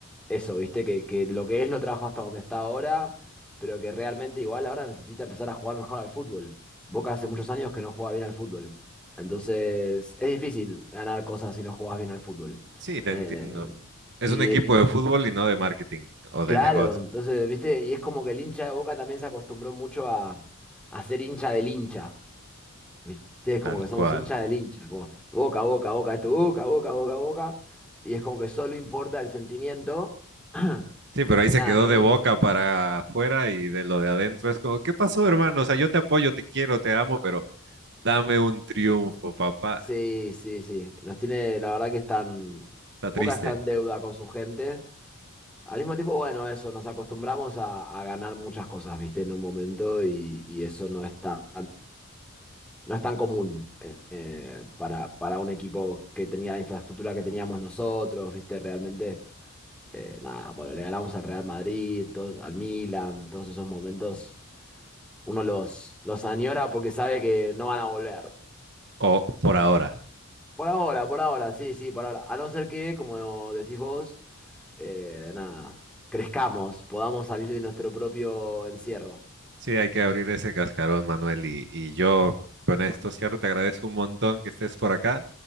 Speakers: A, in the centre; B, on the right.
A: eso, ¿viste? Que, que lo que es lo trajo hasta donde está ahora, pero que realmente igual ahora necesita empezar a jugar mejor al fútbol. Boca hace muchos años que no juega bien al fútbol. Entonces, es difícil ganar cosas si no jugás bien al fútbol.
B: Sí, te
A: Eh,
B: entiendo. Es
A: y,
B: un equipo
A: y
B: de fútbol y no de marketing o
A: claro,
B: de negocio,
A: entonces, ¿viste? Y es como que el hincha de Boca también se acostumbró mucho a, a ser hincha del hincha. ¿Viste? Es
B: tal
A: como que somos
B: cual.
A: hincha del hincha, como boca, boca, boca, esto, boca, boca, boca, boca. Y es como que solo importa el sentimiento. <clears throat>
B: Sí, pero ahí
A: Y
B: se
A: nada,
B: quedó
A: creo
B: de Boca
A: que
B: para afuera y de lo de adentro es como, ¿qué pasó, hermano? O sea, yo te apoyo, te quiero, te amo, pero dame un triunfo, papá.
A: sí, sí, sí. Nos tiene, la verdad que están,
B: Está
A: Boca
B: triste.
A: está en deuda con su gente. Al mismo tiempo, bueno, eso, nos acostumbramos a, a ganar muchas cosas, ¿viste? En un momento y, y eso no es tan, no es tan común eh, eh, para, para un equipo que tenía la infraestructura que teníamos nosotros, ¿viste? Realmente Eh, nada, bueno, le ganamos al Real Madrid, to- al Milan, todos esos momentos, uno los, los añora porque sabe que no van a volver.
B: O por ahora.
A: Por ahora, por ahora, sí, sí, por ahora. A no ser que, como decís vos, eh, nada, crezcamos, podamos salir de nuestro propio encierro.
B: Sí, hay que abrir ese cascarón, Manuel. Y, y yo con esto cierro, te agradezco un montón que estés por acá.